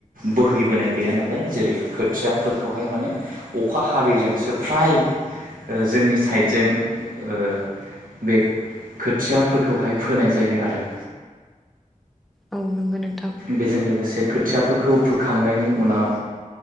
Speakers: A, on the right; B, in the centre.
A: बोहैबोनाय गैया नालाय जेरै खोथिया फोरखौहाय माने अखा हादैजोंसो फ्राय ओ जोंनि साइडजों ओ बे खोथियाफोरखौहाय फोनाय जायो आरो
B: औ नंगौ नोंथां
A: बेजों लोगोसे खोथियाफोरखौ फोखांनायनि उनाव